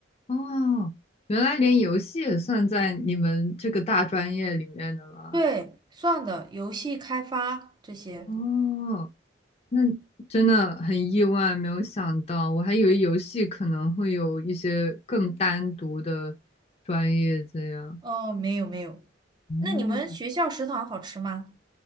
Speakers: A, on the left; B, on the right.
A: 哦，原来连游戏也算在你们这个大专业里面的吗？
B: 对，算的，游戏开发这些。
A: 哦，那真的很意外，没有想到，我还以为游戏可能会有一些更单独的专业这样。
B: 哦，没有没有。
A: 哦，
B: 那你们学校食堂好吃吗？